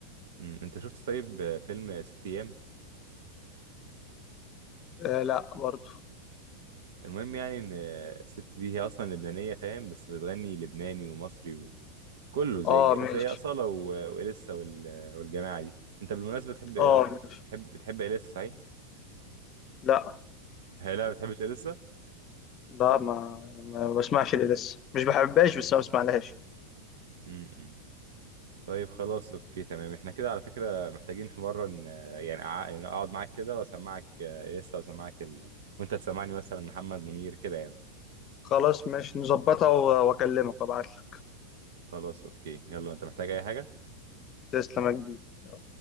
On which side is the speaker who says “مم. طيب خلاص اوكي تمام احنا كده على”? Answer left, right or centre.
Right